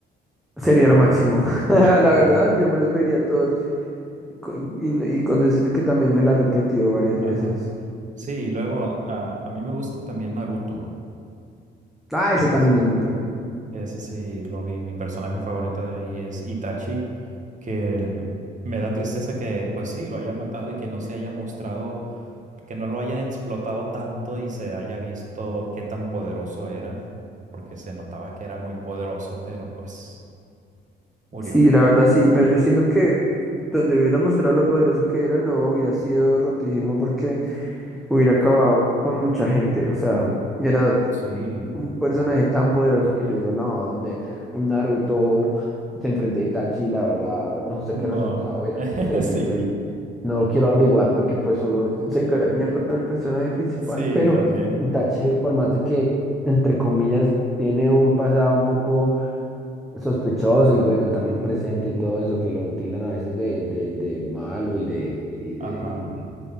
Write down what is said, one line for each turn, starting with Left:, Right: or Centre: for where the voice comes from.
Centre: Sería
Right: muy
Centre: lo
Right: bueno.
Centre: máximo. <laughs> La verdad,
Right: Sí.
Centre: yo me los vería todos. Y con, y no- y con decirte que también me la he repetido varias
Right: Ajá.
Centre: veces.
Right: Sí, y luego a, a mí me gusta también Naruto.
Centre: Ah,
Right: Ese
Centre: ese también
Right: sí.
Centre: es muy bueno.
Right: Ese sí lo vi. Mi personaje favorito de ahí es Itachi, que el- me da tristeza que, pues sí, lo hayan matado y que no se haya mostrado, que no lo hayan explotado tanto y se haya visto qué tan poderoso era, porque se notaba que era muy poderoso, pero pues murió.
Centre: Sí, la verdad sí, pero yo siento que donde hubiera mostrado lo poderoso que era, no hubiera sido rotísimo porque hubiera acabado con mucha gente. O sea, era
Right: Sí,
Centre: un personaje tan poderoso que yo digo, no, donde un Naruto se enfrenta a Itachi, la verdad, no sé
Right: no,
Centre: qué resultado hubiera
Right: <laughs>
Centre: sucedido
Right: sí,
Centre: y no lo quiero averiguar porque pues uno se encariña con el personaje principal,
Right: sí,
Centre: pero
Right: también.
Centre: Itachi, por más de que, entre comillas, tiene un pasado un poco sospechoso y bueno, también un presente y todo eso que lo tildan a veces de, de, de malo y de, y
Right: Ajá,
Centre: de, de-